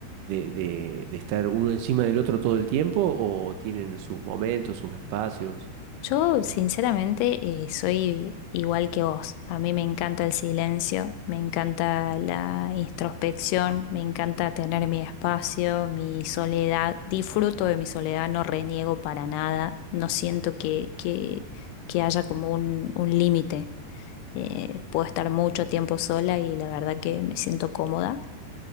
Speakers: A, on the right; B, on the left.
A: de, de, de estar uno encima del otro todo el tiempo o tienen sus momentos, sus espacios.
B: Yo, sinceramente, eh, soy igual que vos. A mí me encanta el silencio, me encanta la introspección, me encanta tener mi espacio, mi soledad. Disfruto de mi soledad, no reniego para nada. No siento que, que, que haya como un, un límite. Eh, puedo estar mucho tiempo sola y la verdad que me siento cómoda